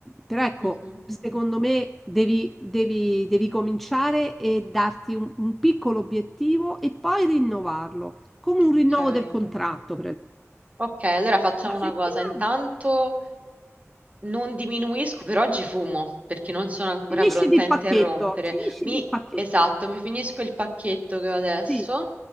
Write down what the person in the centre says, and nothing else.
Però ecco,
secondo me devi, devi- devi cominciare e darti un un piccolo obiettivo e poi rinnovarlo, come un
rinnovo del contratto,
una
settimana.
Finisci
il
pacchetto, finisci
il pacchetto.
Sì,